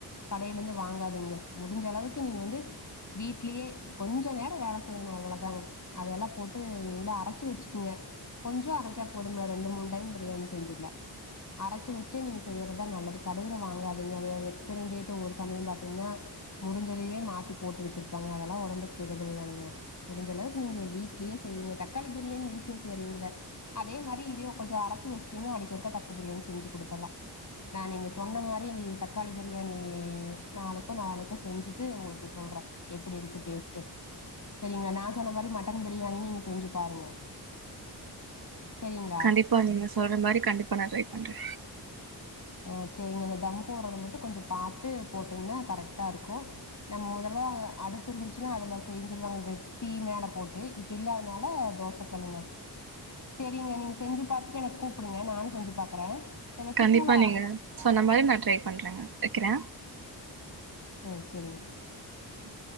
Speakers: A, on the left; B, on the right.
A: கடையில இருந்து வாங்காதீங்க முடிஞ்ச அளவுக்கு நீங்க வந்து வீட்லேயே கொஞ்சோ நேரோ வேல செய்யணு அவ்ளோதாங்க அதையெல்லா போட்டு நீங்களா அரச்சு வச்சுக்கங்க கொஞ்சோ அரச்சா போதும்ல ரெண்டு மூணு டைம் பிரியாணி செஞ்சுக்கலா அரச்சி வச்சே நீங்க செய்யறதா நல்லது கடையில வாங்காதீங்க அதுசது எக்ஸ்பரிடேட் ட்டு ஒரு சமயோ பாத்தீங்கனா முடிஞ்சதவே மாத்தி போட்டு வச்சிருப்பாங்க அதெல்லா ஒடம்புக்கெடுதல்தானங்க முடிஞ்ச அளவுக்கு நீங்க வீட்லேயே செய்யுங்க தக்காளி பிரியாணி ஈஸியா செய்றீங்கள அதே மாரி இதயு கொஞ்சோ அரச்சு வச்சிடிங்கனா அடிக்கு ஒருக்க தக்காளி பிரியாணி செஞ்சு குடுத்தற்லா நா நீங்க சொன்ன மாரி இந்த இது தக்காளி பிரியாணி ணி நாளைக்கோ நாளான்னைக்கோ செஞ்சுட்டு உங்களுக்கு சொல்றே எப்டி இருக்கு டேஸ்ட்டு செரிங்க நா சொன்ன மாரி மட்டன் பிரியாணி நீங்க செஞ்சு பாருங்க செரிங்களா
B: கண்டிப்பா நீங்க சொல்ற மாரி கண்டிப்பா நா ட்ரை பண்றே
A: ஆ, செரிங்க அந்த தம் போட்றத மட்டு கொஞ்சோ பாத்து போட்டீங்கனா கரெக்டா இருக்கு நம்ம மொதல்ல அடுப்பு இருந்துச்சுனா அதுல செஞ்சிருவாங்க இந்த தீ மேல போட்டு இப்ப இல்லாதனால தோச கல்லுங்க செரிங்க நீங்க செஞ்சு பாத்துட்டு எனக்கு கூப்பிடுங்க நானு செஞ்சு பாக்குறே செரி வச்சுட்டுங்களா
B: கண்டிப்பா நீங்க சொன்ன மாரி நா ட்ரை பண்றேங்க வக்கிறே
A: ம் சேரிங்க
B: ம்